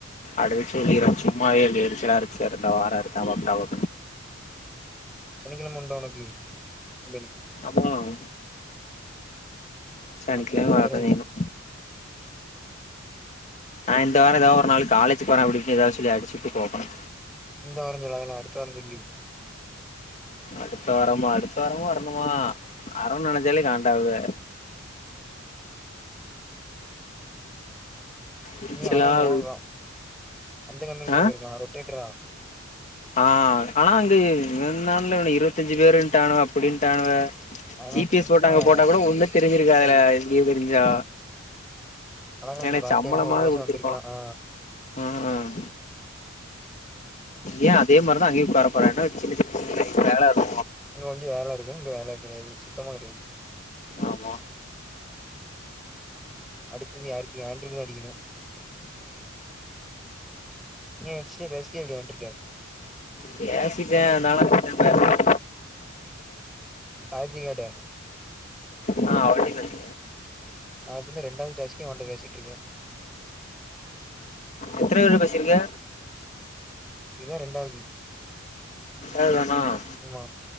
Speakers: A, on the left (about 35°); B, in the centre.
A: அடைச்சு வீடாச்சும் சும்மாவே எரிச்சலாருக்கு சாரு எரிச்சு இருந்தா வாரம் இருக்கவும் வந்தாவ
B: இன்னக்கி என்னுமு உண்டோ உனக்கு இன்னக்கி
A: அப்பறம் சனிக்கிழமையும்
B: அம்மோ
A: வரவேணும்
B: பிறவி
A: நான் இந்த வாரம் ஏதாவ ஒரு நாள் காலேஜு போற அப்டின்னு ஏதாவ சொல்லி அடிச்சிட்டு போகணும்
B: இந்த வார ச்சொல்லாதல அடுத்த வார ஜொல்லு
A: அடுத்த வாரமா அடுத்த வாரமு வரணுமா அற நெனச்சாலே காண்டாவுதே எரிச்சலாவுது
B: நீ அழகாங் வாங்கொ அந்த கம்பெனிக்கா
A: ஆ
B: போய்ர்க்லா ரொட்டேட்ரா
A: ஆ ஆனா அங்க ரெண்டு நாள்ல இருவத்தஞ்சி பேருடானுவ அப்டின்டானுவ
B: அதெல்லா
A: ஜி‌ பி
B: சும்மாடா
A: எஸ் போட்டாங்க போட்டா கூட ஒண்ணும் தெரிஞ்சிருக்காதுல
B: ஐ
A: இப்படினு தெரிஞ்சா
B: அழகா
A: என்னே
B: நீ பார்ட்
A: சம்பளமாது
B: டைமா ஒரு மாசோ
A: குடுத்துருப்பான்
B: வந்திருக்கலா ஆ
A: ம் ஏன் அதே மாதிரிதான் அங்கேயும் உக்காற போற என்ன சின்ன சின்ன வேல இரு
B: இங்க கொஞ்சம் வேலை இருக்கும் இங்க வேலை கிடையாது சுத்தமா கிடையாது
A: ஆமா
B: அடுத்தது யாருக்கு ஆண்ட்ருக்கு தா அடிக்கணு ஒரு நிமிஷம் பேசிட்டே இப்படி வந்துட்டேன்
A: பேசிட்டே ஆனாலு அதுட்ட பேசல
B: காய்சி கேட்டேன்
A: நா ஆல்ரெடி
B: நாளைக்கி வந்து ரெண்டாவது டேசிக்கே ஒண்ட பேசிட்டு இருக்கே
A: எத்தன பேர்கிட்ட பேசிருக்க
B: இவன் ரெண்டாவது
A: எழுதணும்
B: ம்மா